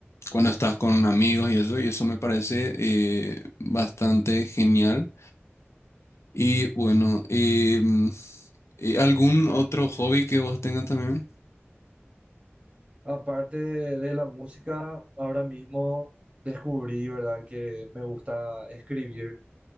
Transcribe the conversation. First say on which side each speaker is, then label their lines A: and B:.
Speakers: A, on the left; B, on the right.
A: cuando estás con amigos y eso, y eso me parece eh, bastante genial. Y bueno, eh, mm, eh, ¿algún otro hobby que vos tengas también?
B: Aparte de, de la música, ahora mismo descubrí, ¿verdad?, que me gusta escribir.